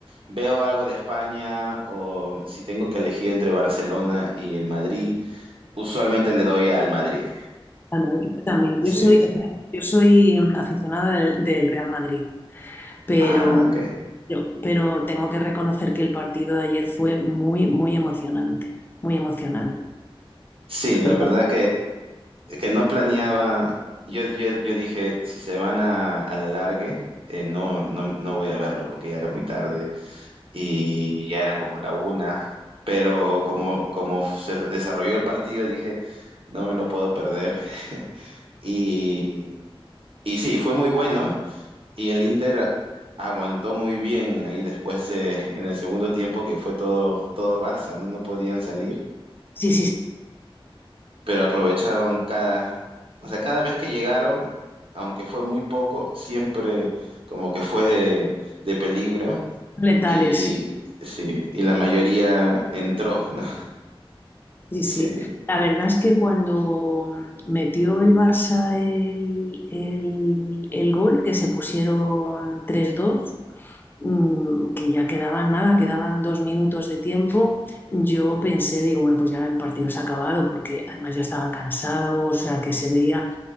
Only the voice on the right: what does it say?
veo algo de España o si tengo que elegir entre Barcelona y el Madrid, usualmente le doy al Madrid.
Sí,
sí.
Ah, ok.
Sí, la
verdad
que no planeaba, yo, yo, yo dije, si se van a, a la largue, eh, no, no, no voy a verlo porque ya era muy tarde y ya eran como la una, pero como, como se desarrolló el partido, dije, no me lo puedo perder. <laughs> Y, y sí, fue muy bueno y el Inter aguantó muy bien ahí después de- en el segundo tiempo que fue todo, todo Barça, ¿no? No podían salir
pero aprovecharon cada, o sea, cada vez que llegaron, aunque fue muy poco, siempre como que fue de, de peligro
y,
sí, y la mayoría entró, ¿no?
Sí,